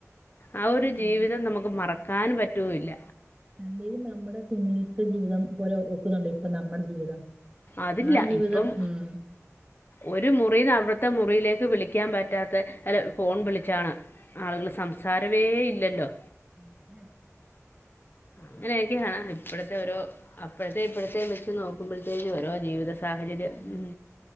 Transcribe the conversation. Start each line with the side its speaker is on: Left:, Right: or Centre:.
Left: ആഹ് ഒരു ജീവിതം
Right: അല്ലേലും
Left: നമുക്ക് മറക്കാൻ പറ്റുകല്ല.
Right: അല്ലെലും നമ്മുടെ കുഞ്ഞിലത്തെ ജീവിതം പോലെ ഒക്കുന്നുണ്ട ഇപ്പൊ നമ്മുടെ ജീവിതം.
Left: അതില്ല
Right: ആ ജീവിതം
Left: ഇപ്പം
Right: ഉം.
Left: ഒരു മുറിന്ന് അവിടുത്തെ മുറിയിലേക്ക് വിളിക്കാൻ പറ്റാത്ത അല്ല ഫോൺ വിളിച്ചാണ്. ആളുകൾ സംസാരവേ ഇല്ലല്ലോ.
Right: ഉം.
Left: അങ്ങനെയൊക്കെയാണ് ഇപ്പോഴത്തെഓരോ. അപ്പഴത്തെ ഇപ്പഴത്തേ വെച്ച് നോക്ക നക്കുമ്പോഴത്തേക്ക് ഓരോ ജീവിത സാഹചര്യം.
Right: ആ,
Left: ഉം.